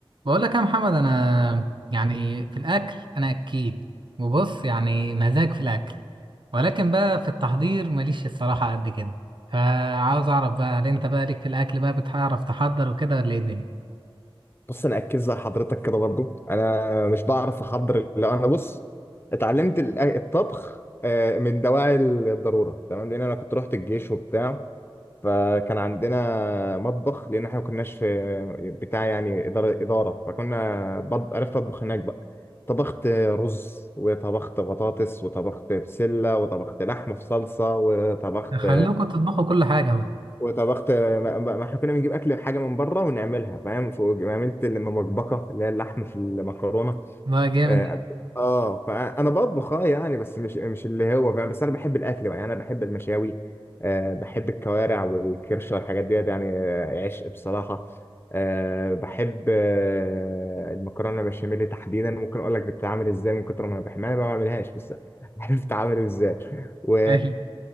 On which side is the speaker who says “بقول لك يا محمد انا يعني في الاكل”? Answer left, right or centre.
Right